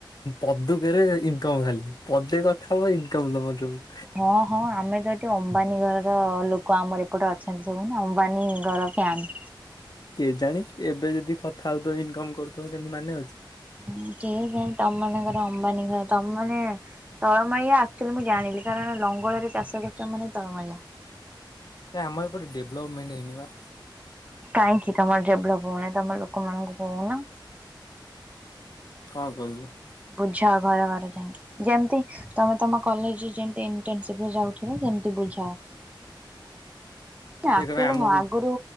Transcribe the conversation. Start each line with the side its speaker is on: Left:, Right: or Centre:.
Left: ପଦୁକରେ ଇନକମ ଖାଲି ପଦେ ସେ କଥା ଇନକମ୍ ତମର ସବୁ।
Right: ହଁ ହଁ ଆମେ ତ ଏଠି ଅମ୍ବାନୀ ଘରର ଲୋକ ଆମର ଏପଟ ଅଛନ୍ତି ସବୁ ନା ଅମ୍ବାନୀ ଘର ପ୍ୟାନ।
Left: କେଜାଣି ଏବେ ଯଦି କଥା ହଉଥିବ ଇନକମ୍ କରୁଥିବ କେମିତି ମାନେ ଅଛି।
Right: ହୁଁ କେ ଜାଣି ତମମାନଙ୍କର ଅମ୍ବାନୀ ଘ ତମ ମାନେ ତଳମାୟା ଆକ୍ଚୁଆଲି ମୁଁ ଜାଣିଲି କାରଣ ଲଙ୍ଗଳରେ ଚାଷ କରୁଛ ମାନେ ତଳମାୟା।
Left: ଏ ଆମର ଏପଟେ ଡେଭଲପମେଣ୍ଟ ହେଇନି ବା।
Right: କାହିଁକି ତମର ଡେଭଲପ ହଉନି ତମର ଲୋକମାନଙ୍କୁ କହୁନ।
Left: କଣ କହିବୁ?
Right: ବୁଝାଅ ଘର ଘର ଯାଇକି, ଯେମତି ତମେ ତମ କଲେଜରେ ଯେମତି ଇଣ୍ଟର୍ନସିପରେ ଯାଉଥିଲ ସେମିତି ବୁଝାଅ। ନା
Left: ସେ
Right: ଆକ୍ଚୁଆଲି
Left: କହିବେ ଆମକୁ
Right: ନା ଆଗରୁ